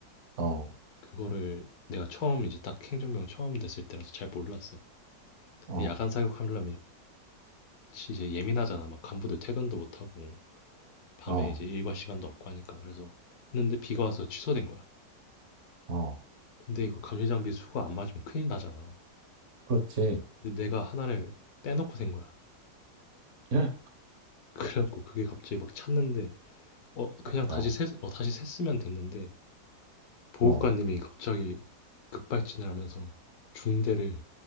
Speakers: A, on the right; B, on the left.
A: 어,
B: 그거를 내가 처음 이제 딱 행정병 처음 됐을 때라서 잘 몰랐어. 근데
A: 어,
B: 야간 사격하려면 이제 예민하잖아. 막 간부들 퇴근도 못하고 밤에
A: 어,
B: 이제 일과 시간도 없고 하니까. 그래서 했는데 비가 와서 취소된 거야.
A: 어.
B: 근데 이거 감시 장비 수가 안 맞으면 큰일 나잖아.
A: 그렇지.
B: 근데 내가 하나를 빼놓고 산 거야.
A: 예?
B: 그래갖고 그게 갑자기 막 찾는데 어 그냥
A: 어,
B: 다시 샜, 어 다시 샜으면 됐는데 보호관님이
A: 어,
B: 갑자기 급발진을 하면서 중대를